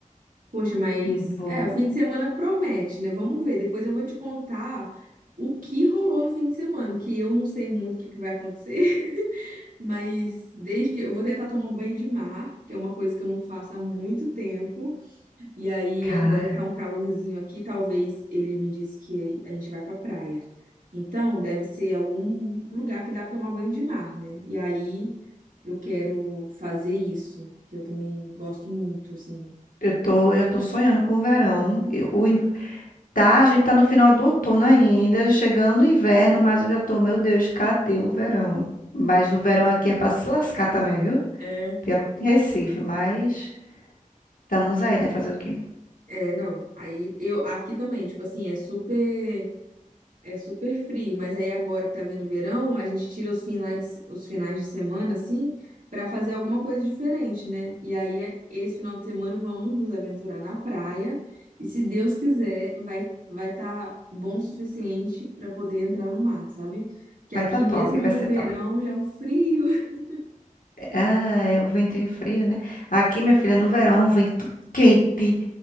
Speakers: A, on the right; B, on the left.
A: Poxa, mas
B: Hum, Vou.
A: é, o fim de semana promete, né? Vamos ver. Depois eu vou te contar o que rolou no fim de semana, que eu não sei muito o que que vai acontecer, <laughs> mas desde que eu vou tentar tomar banho de mar, que é uma coisa que eu não faço há muito tempo. E aí,
B: Cara,
A: agora que tá um calorzinho aqui, talvez ele me disse que a gente vai pra praia. Então, deve ser algum lugar que dá pra tomar banho de mar, né? E aí, eu quero fazer isso, que eu também gosto muito, assim.
B: eu tô, eu já tô sonhando com o verão. Eu- o, in- tá, a gente tá no final do outono ainda, chegando o inverno, mas eu já tô, meu Deus, cadê o verão? Mas o verão aqui é pra se lascar também, viu?
A: É,
B: Pior que em Recife, mas estamos aí, né? Fazer o quê?
A: é, não. Aí, eu aqui também, tipo assim, é super É super frio, mas aí agora que tá vindo o verão, a gente tira os finais, os finais de semana, assim, pra fazer alguma coisa diferente, né? E aí, é- esse final de semana, vamos nos aventurar na praia. E se Deus quiser, vai vai estar bom o suficiente pra poder entrar no mar, sabe? Que
B: Vai
A: aqui
B: tá top,
A: mesmo
B: vai
A: no
B: ser
A: verão
B: top.
A: já é um frio. <laughs>
B: Ah, é o vento em frio, né? Aqui, minha filha, no verão é um vento quente,